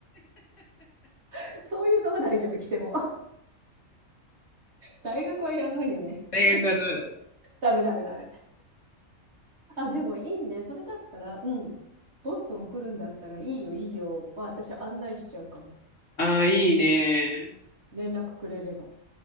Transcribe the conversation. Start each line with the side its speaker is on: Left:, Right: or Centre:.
Right: <laughs> そういうのは大丈夫、着ても。<laughs> 大学はやばいよね。
Left: <laughs> 大学はダメだね。
Right: <laughs> ダメダメダメ。あ、でもいいね。それだったら、うん。ボストン来るんだったら、いいよ、いいよ。は、私案内しちゃうかも。
Left: ああ、いいね。
Right: 連絡くれれば。